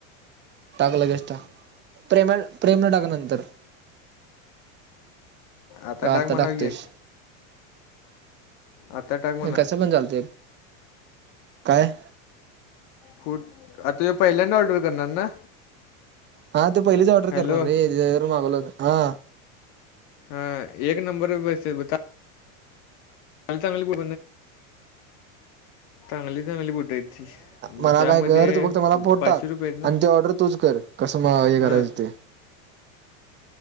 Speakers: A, on the right; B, on the left.
A: टाकलं गेस ट प्रेम प्रेम न टाक नंतर
B: आता
A: का
B: टडाग म्हणाव
A: टाकतोयस
B: घे आता टाक म्हणा
A: कस पण चालत काय
B: फूट आता तुझ पहिल्यांदा ऑर्डर करणार ना
A: हा ते पहिलीच ऑर्डर
B: हॅलो
A: करणार रे मागला हो हा
B: हा एक नंबर पे वैसे ब. ांग चांगली ब चांगली चांगली बट मग
A: मला
B: त्यामध्ये
A: काय कर तू फक्त मला फोट
B: पाचशे
A: टाक
B: रुपये आहेत ना
A: आणि ते ऑर्डर तूच कर कसं मग हे करायचं
B: हा.
A: ते